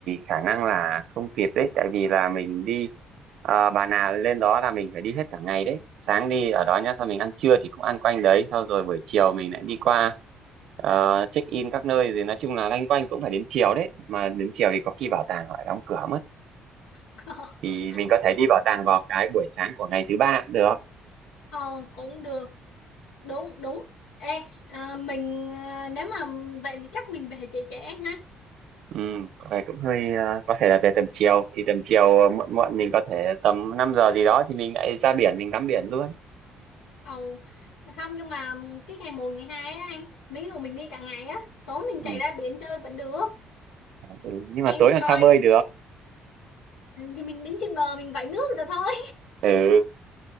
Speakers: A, on the right; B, on the left.
A: khả năng là không kịp đấy, tại vì là mình đi à, bà nào lên đó là mình phải đi hết cả ngày đấy. Sáng đi ở đó nhá, sau mình ăn trưa thì cũng ăn quanh đấy, sau rồi buổi chiều mình lại đi qua ờ, check in các nơi rồi nói chung là loanh quanh cũng phải đến chiều đấy. Mà đến chiều thì có khi bảo tàng họ lại đóng cửa mất,
B: <laughs>
A: thì mình có thể đi bảo tàng vào cái buổi sáng của ngày thứ ba cũng được.
B: ờ cũng được đúng đúng ê à, mình à, nếu mà vậy thì chắc mình về trễ trễ ha
A: Ừ, có vẻ cũng hơi ờ, có thể là về tầm chiều thì tầm chiều ờ, muộn muộn mình có thể tầm 5 giờ gì đó thì mình lại ra biển mình tắm biển luôn.
B: Ồ, không nhưng mà cái ngày một ngày 2 á anh, mấy người mình đi cả ngày á, tối mình
A: Ừ.
B: chạy ra biển chơi vẫn được.
A: ừ, nhưng mà
B: Em
A: tối làm
B: coi
A: sao bơi được
B: thì mình đứng trên bờ mình vẫy nước được thôi.
A: ừ